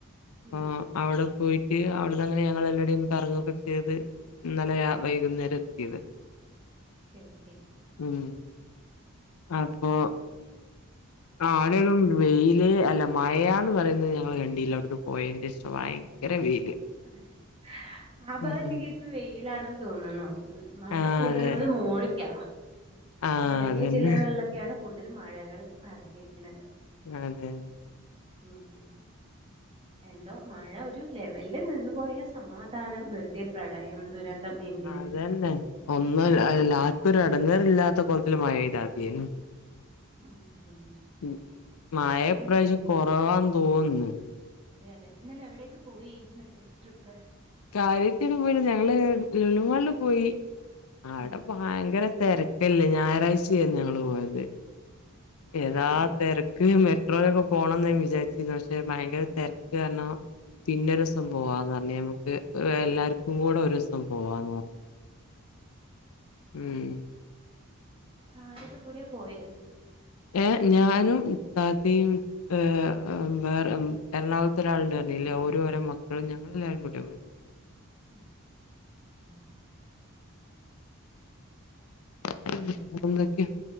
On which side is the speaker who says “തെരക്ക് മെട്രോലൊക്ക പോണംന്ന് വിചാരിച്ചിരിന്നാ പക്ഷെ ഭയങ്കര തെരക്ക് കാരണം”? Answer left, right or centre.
Left